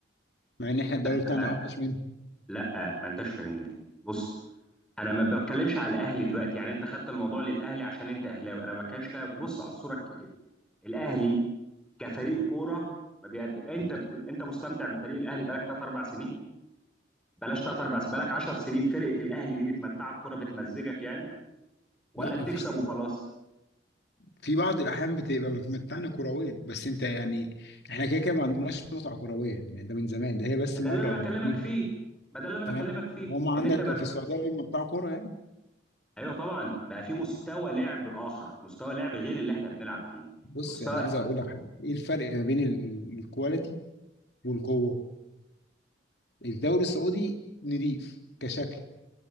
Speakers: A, on the left (about 60°); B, in the centre.
A: مع ان احنا الدوري
B: لا
A: بتاعنا اوحش منهم
B: لا ما انتش فاهمني بص انا ما بتكلمش على الاهلي دلوقتي يعني انت خدت الموضوع للاهلي عشان انت اهلاوي انا ما بتكلمش كده بص على الصوره الكبيره الاهلي كفريق كوره ما بيقد... انت بت... انت مستمتع بفريق الاهلي بقالك 3 4 سنين بلاش تلات ارباع سنين بقالك 10 سنين فرقه الاهلي دي بتمتعك كوره بتمزجك يعني ولا
A: لا
B: بتكسب
A: ما فيش
B: وخلاص
A: في بعض الاحيان بتبقى متمتعني كرويا بس انت يعني احنا كده كده ما عندناش متعه كرويه يعني ده من زمان ده هي بس
B: ده
A: مره
B: اللي انا
A: او
B: بكلمك
A: مرتين
B: فيه
A: كده
B: ما ده اللي انا
A: تمام
B: بكلمك فيه
A: هم عندك
B: ان انت ما...
A: في السعوديه بيمتعوا كوره يعني.
B: ايوه طبعا بقى في مستوى لعب اخر مستوى لعب غير اللي احنا بنلعب فيه
A: بص
B: مستوى
A: انا عايز اقول لك حاجه ايه الفرق ما بين ال- ال- الكواليتي والقوه الدوري السعودي نضيف كشكل